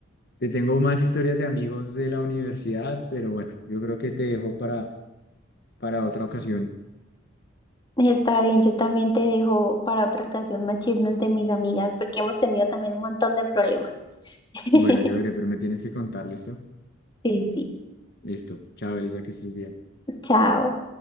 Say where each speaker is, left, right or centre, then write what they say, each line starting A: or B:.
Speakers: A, on the left; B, on the left.
A: te tengo más historias de amigos de la universidad, pero bueno, yo creo que te dejo para, para otra ocasión.
B: está bien, yo también te dejo para otra ocasión más chismes de mis amigas, porque hemos tenido también un montón de problemas. <laughs>
A: Bueno, yo veré, pero me tienes que contar, ¿listo?
B: Sí, sí,
A: Listo. Chao, Elisa, que estés bien.
B: chao.